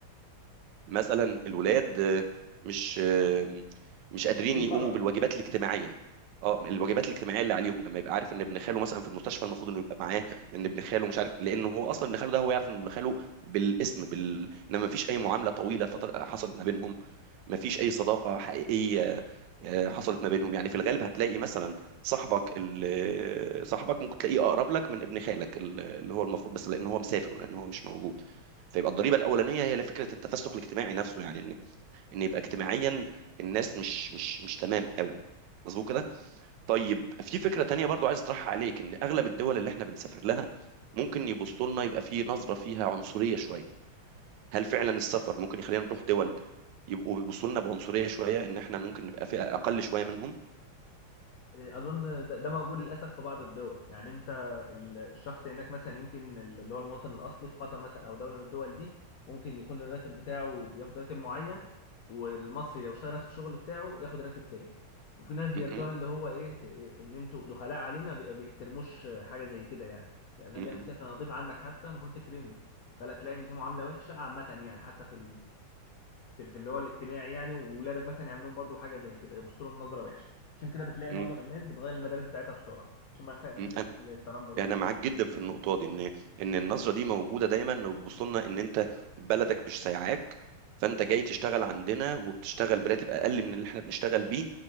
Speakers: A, on the right (about 75°); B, on the left (about 75°).
A: مثلا الولاد آه، مش آه، مش
B: هم
A: قادرين
B: متربيين
A: يقوموا
B: بره خلاص
A: بالواجبات الاجتماعيه اه الواجبات الاجتماعيه اللي عليهم لما يبقى عارف ان ابن خاله مثلا في المستشفى المفروض انه يبقى معاه ان ابن خاله مش عارف لان هو اصلا ابن خاله ده هو يعرف ان ابن خاله بالاسم بال انما مفيش اي معامله طويله فتر... حصلت ما بينهم مفيش اي صداقه حقيقيه آه، حصلت ما بينهم يعني في الغالب هتلاقي مثلا صاحبك ال- آه، صاحبك ممكن تلاقيه اقرب لك من ابن خالك ال- اللي هو المفروض بس لان هو مسافر ولان هو مش موجود فيبقى الضريبه الاولانيه هي فكره التفسخ الاجتماعي نفسه يعني ان ان يبقى اجتماعيا الناس مش مش مش تمام قوي مظبوط كده طيب في فكره تانية برضو عايز اطرحها عليك ان اغلب الدول اللي احنا بنسافر لها ممكن يبصوا لنا يبقى في نظره فيها عنصريه شويه هل فعلا السفر ممكن يخلينا نروح دول يبقوا بيبصوا لنا بعنصريه شويه ان احنا ممكن نبقى فئه اقل شويه منهم
B: اظن ده ده موجود للاسف في بعض الدول يعني انت ال- الشخص هناك مثلا يمكن اللي هو المواطن الاصلي في قطر مثلا او دوله من الدول دي ممكن يكون الراتب بتاعه بياخد راتب معين والمصري لو اشتغل نفس الشغل بتاعه ياخد راتب تاني وفي ناس بياخدوها
A: م- م-
B: اللي هو ايه إيه، ان انتوا دخلاء علينا بي- بيحترموش حاجه زي كده يعني يعني انا
A: م-
B: جاي مسافر انا اضيف عنك حتى المفروض تكرمني فلا تلاقي ان في معامله وحشه عامه يعني حتى في في في اللي هو الاجتماعي يعني وولادك مثلا يعملوا لهم برضو حاجه زي كده يبصوا لهم نظره وحشه عشان كده بتلاقي
A: م-
B: معظم الناس بتغير المدارس بتاعتها بسرعه عشان ما يحصل مشاكل
A: م-
B: مثلا زي التنمر
A: يعني
B: والحاجات
A: انا معاك
B: دي
A: جدا في النقطه دي ان ان النظره دي موجوده دايما وبيبصوا لنا ان انت بلدك مش سايعاك فانت جاي تشتغل عندنا وبتشتغل براتب اقل من اللي احنا بنشتغل بيه